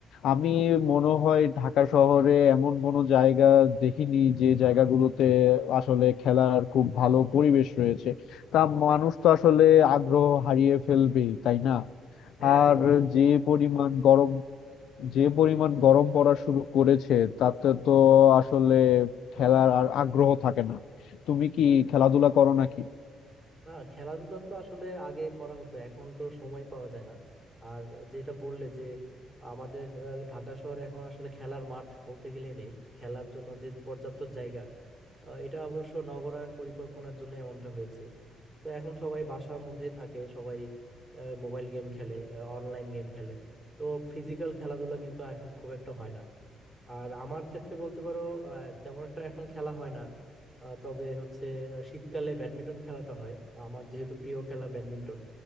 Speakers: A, on the left; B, in the centre.
A: আমি মনে হয় ঢাকা শহরে এমন কোনো জায়গা দেখিনি যে জায়গাগুলোতে আসলে খেলার খুব ভালো পরিবেশ রয়েছে তা মানুষ তো আসলে আগ্রহ হারিয়ে ফেলবেই তাই না
B: হ্যাঁ
A: আর
B: অবশ্যই
A: যে পরিমাণ গরম যে পরিমাণ গরম পড়া শুরু করেছে তাতে তো আসলে খেলার আর আগ্রহ থাকে না তুমি কি খেলাধুলা করো নাকি
B: না খেলাধুলা তো আসলে আগে করা হতো এখন তো সময় পাওয়া যায় না আর যেটা বললে যে আমাদের আহ, ঢাকা শহরে এখন আসলে খেলার মাঠ বলতে গেলে নেই খেলার জন্য যে পর্যাপ্ত জায়গা আহ, এটা অবশ্য নগরায়ণ পরিকল্পনার জন্য এমনটা হয়েছে তো এখন সবাই বাসার মধ্যেই থাকে সবাই মোবাইল গেম খেলে অনলাইন গেম খেলে তো ফিজিক্যাল খেলাধুলা কিন্তু এখন খুব একটা হয় না আর আমার ক্ষেত্রে বলতে পারো আহ, তেমন একটা এখন খেলা হয় না আহ, তবে হচ্ছে আহ, শীতকালে ব্যাডমিন্টন খেলাটা হয় আমার যেহেতু প্রিয় খেলা ব্যাডমিন্টন